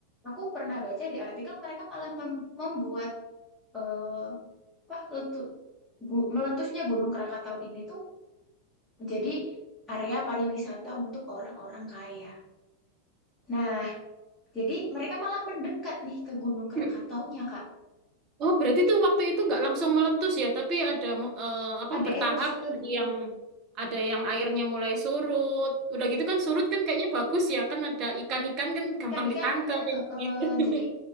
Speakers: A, in the centre; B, on the right (about 35°).
A: aku pernah baca di artikel mereka malah mem- membuat eh, apa letu- gu- meletusnya Gunung Krakatau ini tuh menjadi area pariwisata untuk orang-orang kaya. Nah, jadi mereka malah mendekat nih ke Gunung Krakataunya,
B: mm.
A: Kak.
B: Oh berarti tuh waktu itu nggak langsung meletus ya, tapi ada mo- eh, apa
A: Ada
B: bertahap
A: erupsinya
B: Ada
A: dulu.
B: yang ada yang airnya mulai surut. Udah gitu kan surut kan kayaknya bagus ya, kan ada ikan-ikan kan gampang
A: ikan-ikannya.
B: ditangkap yang
A: eh,
B: gitu. <laughs>
A: jadi